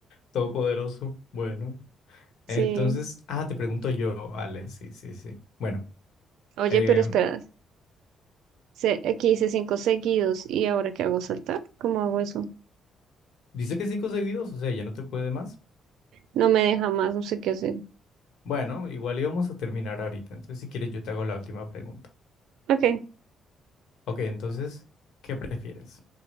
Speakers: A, on the left; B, on the right.
A: todopoderoso, bueno.
B: Sí.
A: Entonces, ah, te pregunto yo, vale, sí, sí, sí. Bueno,
B: Oye,
A: eh,
B: pero espera, se- aquí hice cinco seguidos y ahora qué hago saltar. ¿Cómo hago eso?
A: dice que cinco seguidos, o sea, ya no te puede más.
B: No me deja más, no sé qué hacer.
A: Bueno, igual íbamos a terminar ahorita, entonces si quieres yo te hago la última pregunta.
B: Ok,
A: Ok, entonces, ¿qué prefieres?